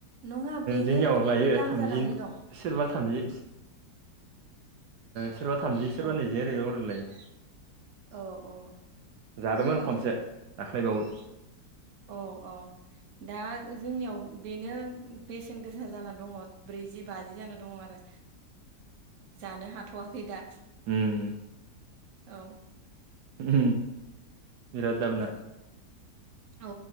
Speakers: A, on the right (about 55°); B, on the right (about 75°).
A: नङा बेनो
B: जोंनियाव
A: बेबो
B: लायो
A: दाम
B: थामजि
A: जानानै दं।
B: सोरबा थामजि सोरबा थामजि सोरबा
A: औ
B: नैजि ओरै ओरैलायो
A: औ औ
B: जादोंमोन
A: जोंनियाव
B: खनसे दाख्लैबावै
A: अ अ दा जोंनियाव बेनो बेसेन गोसा जाना दङ ब्रैजि बाजि जाना दङ आरो। जानो हाथ'वाखै दा
B: ओम
A: औ
B: ओ बिराद दामना।
A: औ